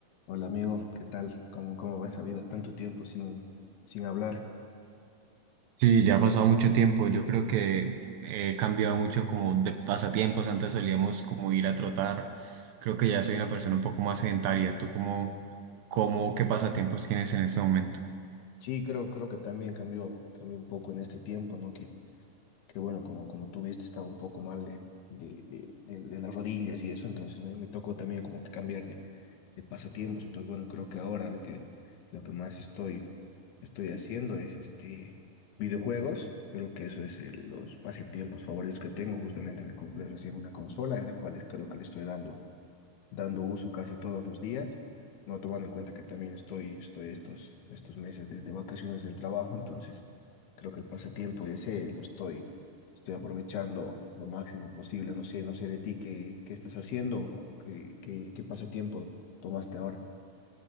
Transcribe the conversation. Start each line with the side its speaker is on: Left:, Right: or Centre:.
Left: Hola amigo, ¿qué tal? ¿Cómo, cómo va esa vida? Tanto tiempo sin, sin hablar.
Right: Sí, ya ha pasado mucho tiempo. Yo creo que he cambiado mucho como de pasatiempos. Antes solíamos como ir a trotar. Creo que ya soy una persona un poco más sedentaria. ¿Tú cómo, cómo, qué pasatiempos tienes en este momento?
Left: Sí, creo, creo que también cambió, cambió un poco en este tiempo, ¿no? Que, que bueno, como, como tú viste, estaba un poco mal de, de, de, de- de las rodillas y eso, entonces me, me tocó también como que cambiar de, de pasatiempos. Entonces, bueno, creo que ahora lo que, lo que más estoy, estoy haciendo es este videojuegos. Creo que eso es eh, los pasatiempos favoritos que tengo. Justamente me compré recién una consola en la cual creo que le estoy dando dando uso casi todos los días, no tomando en cuenta que también estoy, estoy estos, estos meses de, de vacaciones del trabajo, entonces creo que el pasatiempo ese lo estoy, estoy aprovechando lo máximo posible. No sé, no sé de ti qué, qué estás haciendo o qué, qué, qué pasatiempo tomaste ahora.